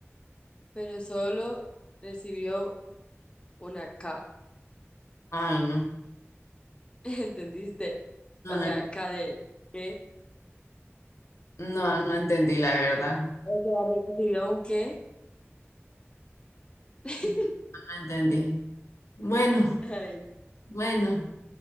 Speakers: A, on the left; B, on the left.
A: pero solo recibió una K.
B: Ay, no.
A: <laughs> ¿Entendiste?
B: No,
A: O sea,
B: no,
A: K de qué.
B: no, no entendí, la verdad.
A: O sea, recibió un qué. <laughs>
B: No, no entendí. Bueno,
A: Ay,
B: bueno.